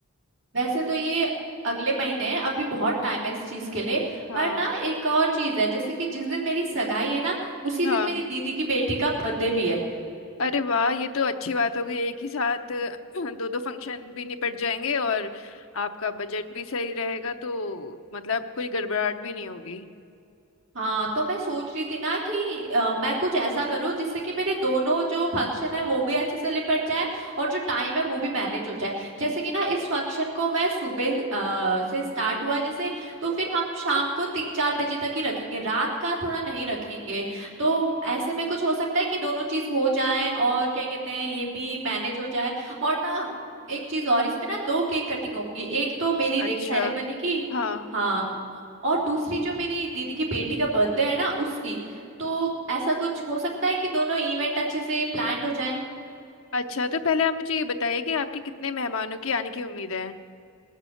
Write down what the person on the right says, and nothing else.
वैसे तो ये अगले महीने है अभी बहुत टाइम है इस चीज के लिए
पर ना एक और चीज है जैसे कि जिस दिन मेरी सगाई है ना उसी
दिन मेरी दीदी की बेटी का बर्थडे भी है
हाँ तो मैं सोच रही थी ना कि अ, मैं कुछ ऐसा करूँ जिससे कि मेरे दोनों जो फंक्शन है वो भी अच्छे से निपट जाए और जो टाइम है वो भी मैनेज हो जाए जैसे कि ना इस फंक्शन को मैं सुबह अ, से स्टार्ट हुआ जैसे तो फिर हम शाम को तीन चार बजे तक ही रखेंगे रात का थोड़ा नहीं रखेंगे तो ऐसे में कुछ हो सकता है कि दोनों चीज हो जाए और क्या कहते हैं ये भी मैनेज हो जाए और ना एक चीज और इसमें ना दो केक कटिंग होंगी एक तो मेरी
रिंग सेरेमनी की
हाँ और दूसरी जो मेरी दीदी की बेटी का बर्थडे है ना उसकी तो ऐसा कुछ हो सकता है कि दोनों इवेंट अच्छे से प्लान्ड हो जाएं